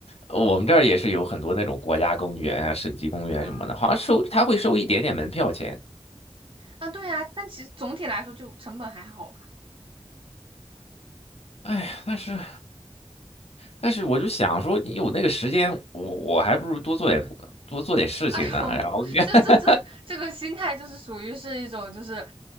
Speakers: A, on the left; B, on the right.
A: 我们这儿也是有很多那种国家公园啊、省级公园什么的，
B: 啊
A: 好像收他会收一点点门票钱。
B: 啊，对呀、但其实总体来说就成本还好吧。
A: 哎呀，但是但是我就想说，你有那个时间，我我还不如多做点多做点事情呢。
B: <laughs> 哎呦，
A: 然后 <laughs>
B: 这这这这个心态就是属于是一种就是，